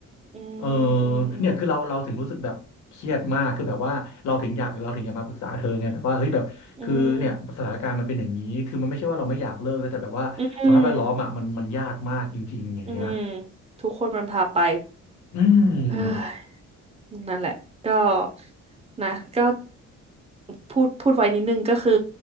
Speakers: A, on the right; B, on the left.
A: อืมอืมอืม
B: เออเนี่ยคือเราเราถึงรู้สึกแบบเครียดมากคือแบบว่าเราถึงอยากเราถึงอยากมาปรึกษาเธอไงแบบว่าเฮ้ยแบบคือเนี่ยสถานการณ์มันเป็นอย่างนี้คือมันไม่ใช่ว่าเราไม่อยากเลิกนะแต่แบบว่าสภาพแวดล้อมอ่ะมันมันยากมากจริงๆอย่างเงี้ย
A: อืมอืมอืมทุกคนมันพาไป
B: อืม
A: เฮ้ยนั่นแหละก็นะก็พูดพูดไว้นิดนึงก็คือ